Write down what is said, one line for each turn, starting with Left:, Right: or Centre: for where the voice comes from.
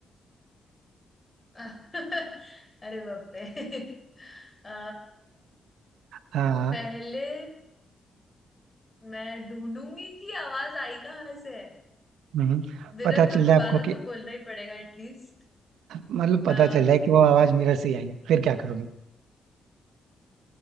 Left: <laughs> अरे बाप रे <laughs> आ,
Right: हाँ हाँ
Left: पहले मैं ढूंढूंगी कि आवाज आई कहाँ से है
Right: हम्म,
Left: मिरर
Right: पता
Left: को
Right: चल
Left: दोबारा
Right: जाए आपको कि
Left: तो बोलना ही पड़ेगा एटलीस्ट
Right: मतलब
Left: आ,
Right: पता चल जाए कि वो आवाज मिरर से ही आई है फिर क्या करोगे